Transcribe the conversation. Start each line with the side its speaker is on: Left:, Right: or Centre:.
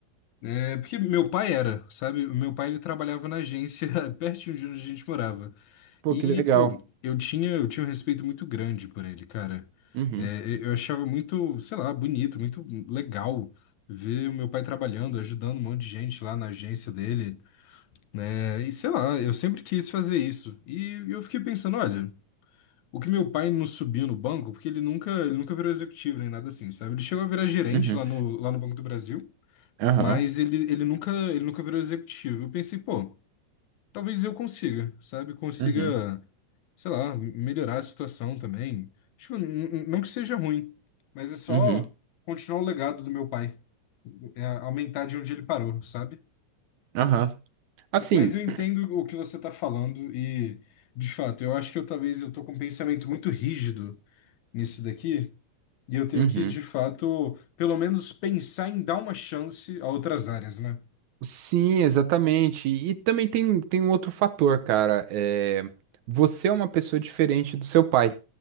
Left: É, porque meu pai era, sabe? O Meu pai ele trabalhava na agência <laughs> pertinho de onde a gente morava.
Right: Pô,
Left: E,
Right: que legal.
Left: pô, eu tinha, eu tinha um respeito muito grande por ele, cara.
Right: Uhum.
Left: É, eu eu achava muito, sei lá, bonito, muito legal ver o meu pai trabalhando, ajudando um monte de gente lá na agência dele, né? E sei lá, eu sempre quis fazer isso. E eu fiquei pensando, olha. O que meu pai não subiu no banco, porque ele nunca, ele nunca virou executivo nem nada assim, sabe? Ele chegou a virar gerente
Right: Uhum.
Left: lá no, lá no Banco do Brasil,
Right: Aham.
Left: mas ele, ele nunca, ele nunca virou executivo. Eu pensei, pô, talvez eu consiga, sabe? Consiga,
Right: Uhum.
Left: sei lá, melhorar a situação também. Tipo, n- n- não que seja ruim, mas é só
Right: Uhum.
Left: continuar o legado do meu pai, é aumentar de onde ele parou, sabe?
Right: Aham. Assim.
Left: Mas eu entendo o que você tá falando e, de fato, eu acho que eu talvez eu tô com um pensamento muito rígido nisso daqui E eu tenho
Right: Uhum.
Left: que, de fato, pelo menos pensar em dar uma chance a outras áreas, né?
Right: Sim, exatamente. E também tem, tem um outro fator, cara. É, você é uma pessoa diferente do seu pai,